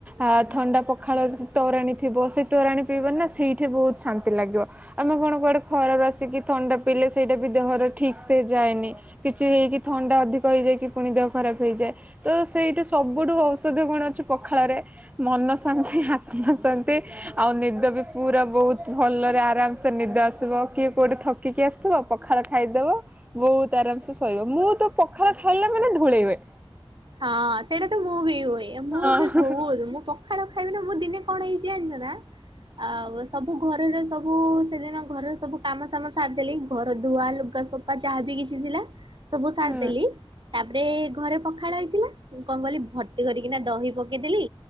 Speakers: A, on the right; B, on the right.
A: ଆ ଥଣ୍ଡା ପଖାଳ ତୋରାଣୀ ଥିବ ସେଇ ତୋରାଣୀ ପିଇବନା ନା ସେଇଠି ବହୁତ ଶାନ୍ତି ଲାଗିବ। ଆମେ କଣ କୁଆଡ଼େ ଖରାପ ଆସିକି ଥଣ୍ଡା ପିଇଲେ ସେଇଟା ବି ଦେହର ଠିକ୍ ସେ ଯାଏନି କିଛି ହେଇକି ଥଣ୍ଡା ଅଧିକ ହେଇଯାଇକି ପୁଣି ଦେହ ଖରାପ ହେଇଯାଏ। ତ ସେଇଟା ସବୁଠୁ ଔଷଧ ଗୁଣ ଅଛି ପଖାଳରେ ମନ ଶାନ୍ତି ଆତ୍ମା ଶାନ୍ତ। ନ୍ତୀ ଆଉ ନିଦ ବି ପୁରା ବହୁତ ଭଲରେ ଆରାମସେ ନିଦ ଆସିବ କିଏ କୋଉଠି ଥ କିକି ଆସିଥିବ ପଖାଳ ଖାଇଦେବ ବହୁତ ଆରାମ ସେ ଶୋଇବ। ମୁଁ ତ ପଖାଳ ଖାଇଲା ମାନେ ଢୁଳେଇବେ।
B: ହଁ ସେଇଟା ତ ମୁଁ ବି ହୁଏ ମୁଁ
A: ହଁ
B: ବି ବହୁତ ମୁଁ ପଖାଳ ଖ ଖାଇବି ନା ମୁଁ ଦିନେ କଣ ହେଇଛି ଜାଣିଛ ନା ଆଉ ସବୁ ଘରର ସବୁ ମୁଁ ସେଦିନ ଘରର ସବୁ କାମ ସାମ ସାରିଦେଲି। ଘର ଧୁଆ ଲୁଗା ସଫା ଯାହାବି କିଛି ଥିଲା। ସବୁ ସାରିଦେଲି
A: ହଁ ହଁ ହଁ
B: ତାପରେ ଘରେ ପଖାଳ ହେଇଥିଲା କଣ କଲି ଭ ତି କରିକିନା ଦହି ପକେଇଦେଲି